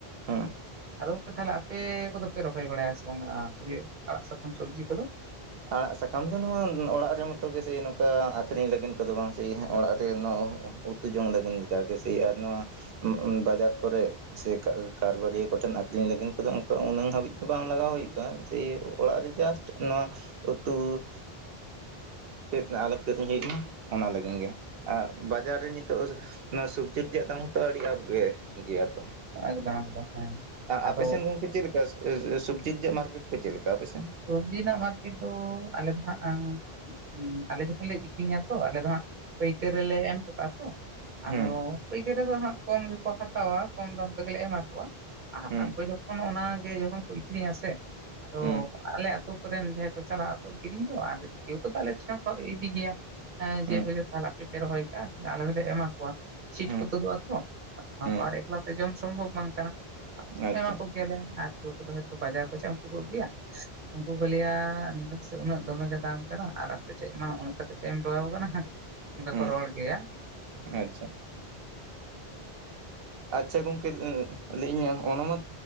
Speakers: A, on the right; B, on the right.
A: ᱦᱩᱸᱜ ᱦᱩᱸ,
B: ᱟᱫᱚᱯᱮ ᱛᱟᱞᱦᱮ ᱟᱯᱮ ᱠᱚᱫᱚ ᱯᱮ ᱨᱚᱦᱚᱭ ᱵᱟᱲᱟᱭᱟ ᱥᱮ ᱵᱟᱝ ᱤᱭᱟᱹ ᱟᱲᱟᱜ ᱥᱟᱠᱟᱢ ᱥᱚᱵᱽᱡᱤ ᱠᱚᱫᱚ?
A: ᱟᱲᱟᱜ ᱥᱟᱠᱟᱢ ᱫᱚ ᱱᱚᱣᱟ ᱚᱲᱟᱜ ᱨᱮ ᱢᱚᱛᱚ ᱜᱮ ᱥᱮ ᱱᱚᱝᱠᱟ ᱟᱹᱠᱷᱨᱤᱧ ᱞᱟᱹᱜᱤᱫ ᱠᱚᱫᱚ ᱵᱟᱝ ᱥᱮ ᱚᱲᱟᱜ ᱨᱮ ᱱᱚᱣᱟ ᱩᱛᱩ ᱡᱚᱝ ᱞᱟᱹᱜᱤᱫ ᱞᱮᱠᱟᱜᱮ ᱥᱮ ᱟᱨ ᱱᱚᱣᱟ ᱵᱟᱡᱟᱨ ᱠᱚᱨᱮ ᱥᱮ <inaudible> ᱠᱟᱨᱵᱟᱨᱤᱭᱟᱹ ᱠᱚ ᱴᱷᱮᱱ ᱟᱹᱠᱷᱨᱤᱧ ᱞᱟᱹᱜᱤᱱ ᱠᱚᱫᱚ ᱚᱱᱠᱟ ᱩᱱᱟᱹᱝ ᱦᱟᱹᱵᱤᱡ ᱫᱚ ᱵᱟᱝ ᱞᱟᱜᱟᱣ ᱦᱩᱭᱩᱜᱼᱟ ᱾ ᱛᱮ ᱚᱲᱟᱜ ᱨᱮ ᱡᱟᱥᱴ ᱱᱚᱣᱟ ᱩᱛᱩ <inaudible> ᱛᱮᱫ ᱟᱞᱚ ᱠᱤᱨᱤᱧ ᱦᱩᱭᱩᱜ ᱢᱟ ᱚᱱᱟ ᱞᱟᱹᱜᱤᱱ ᱜᱮ ᱟᱨ ᱵᱟᱡᱟᱨ ᱨᱮ ᱱᱤᱛᱚᱜ ᱱᱚᱣᱟ ᱥᱚᱵᱽᱡᱤ ᱨᱮᱭᱟᱜ ᱫᱟᱢ ᱦᱚᱸᱛᱚ ᱟᱹᱰᱤ ᱟᱯ ᱜᱮ ᱜᱮᱭᱟ ᱛᱚ?
B: ᱮᱠᱫᱚᱢ ᱮᱠᱫᱚᱢ ᱦᱮᱸ
A: ᱟ
B: ᱟᱫᱚ
A: ᱟᱯᱮ ᱥᱮᱱ ᱜᱚᱝᱠᱮ ᱪᱮᱫ ᱞᱮᱠᱟ? <inaudible> ᱥᱚᱵᱽᱡᱤ ᱨᱮᱭᱟᱜ ᱢᱟᱨᱠᱮᱴ ᱠᱚ ᱪᱮᱫ ᱞᱮᱠᱟ ᱟᱯᱮᱥᱮᱱ?
B: ᱥᱚᱵᱽᱡᱤ ᱨᱮᱱᱟᱜ ᱢᱟᱨᱠᱮᱴ ᱫᱚ ᱟᱞᱮ ᱫᱚ ᱦᱟᱸᱜ <inaudible> ᱟᱞᱮ ᱡᱚᱠᱷᱚᱱ ᱞᱮ ᱟᱹᱠᱷᱨᱤᱧᱟ ᱛᱚ ᱟᱞᱮ ᱫᱚ ᱦᱟᱸᱜ ᱯᱟᱹᱭᱠᱟᱨ ᱨᱮᱞᱮ ᱮᱢ ᱴᱚᱜ ᱠᱟᱜᱼᱟ ᱛᱚ, ᱟᱫᱚ
A: ᱦᱩᱸ
B: ᱯᱟᱹᱭᱠᱟᱨ ᱨᱮᱫᱚ ᱦᱟᱸᱜ ᱠᱚᱢ ᱜᱮᱠᱚ ᱦᱟᱛᱟᱣᱟ ᱠᱚᱢ ᱫᱟᱢ ᱛᱮᱜᱮᱞᱮ ᱮᱢᱟ ᱠᱚᱣᱟ ᱾ ᱟᱨ
A: ᱦᱩᱸ
B: ᱟᱠᱚ ᱡᱚᱠᱟᱷᱚᱱ ᱚᱱᱟᱜᱮ ᱡᱚᱠᱷᱚᱱ ᱠᱚ ᱟᱹᱠᱷᱨᱤᱧᱟ ᱥᱮ ᱟᱫᱚ
A: ᱦᱩᱸ
B: ᱟᱞᱮ ᱟᱹᱛᱳ ᱠᱚᱨᱮᱱ ᱡᱟᱦᱟᱸᱭ ᱠᱚ ᱪᱟᱞᱟᱜᱼᱟᱛᱚ ᱠᱤᱨᱤᱧ ᱫᱚ ᱟᱨ ᱤᱭᱟᱹ ᱠᱚᱫᱚ ᱟᱞᱮ ᱴᱷᱮᱱ ᱠᱚᱣᱟᱜ ᱜᱮ ᱤᱫᱤ ᱜᱮᱭᱟ ᱾ ᱮᱸ
A: ᱦᱩᱸ
B: ᱡᱮ ᱠᱚ <inaudible> ᱟᱯᱮ ᱯᱮ ᱨᱚᱦᱚᱭ ᱠᱟᱜᱼᱟ ᱟᱞᱮ ᱦᱚᱸᱞᱮ ᱮᱢᱟ ᱠᱚᱣᱟ ᱾ ᱪᱷᱤᱴ
A: ᱦᱩᱸ
B: ᱠᱚ ᱛᱩᱫᱩᱜ ᱟᱛᱚ ᱟᱨ ᱚᱱᱟ
A: ᱦᱩᱸ
B: ᱛᱚ ᱟᱨ ᱮᱠᱞᱟ ᱛᱮ ᱡᱚᱢ ᱥᱚᱢᱵᱷᱚᱵᱽ ᱵᱟᱝ ᱠᱟᱱᱟ ᱾
A: ᱟᱪᱪᱷᱟ
B: ᱮᱢᱟ ᱠᱚ ᱜᱮᱭᱟᱞᱮ ᱟᱨ ᱠᱮᱣ ᱠᱚᱫᱚ ᱦᱚᱛᱚ ᱵᱟᱡᱟᱨ ᱠᱚ ᱪᱟᱜᱼᱟ ᱩᱱᱠᱩ ᱠᱚ ᱟᱹᱜᱩᱭᱟ ᱾ ᱩᱱᱠᱩ ᱠᱚ ᱞᱟᱹᱭᱟ ᱩᱱᱟᱹᱜ ᱫᱚᱢᱮ ᱜᱮ ᱫᱟᱢ ᱠᱟᱱᱟ ᱟᱨ ᱟᱯᱮ ᱴᱮᱜ ᱢᱟ ᱩᱱᱟᱹᱜ ᱠᱟᱛᱤᱡ ᱯᱮ ᱮᱢᱴᱚᱣᱟ ᱠᱟᱱᱟ ᱾ ᱚᱱᱠᱟ
A: ᱦᱩᱸ
B: ᱠᱚ ᱨᱚᱲ ᱜᱮᱭᱟ ᱾
A: ᱟᱪᱪᱷᱟ, ᱟᱪᱪᱷᱟ ᱜᱚᱝᱠᱮ ᱞᱟᱹᱭ ᱤᱧ ᱚᱱᱟ ᱢᱟ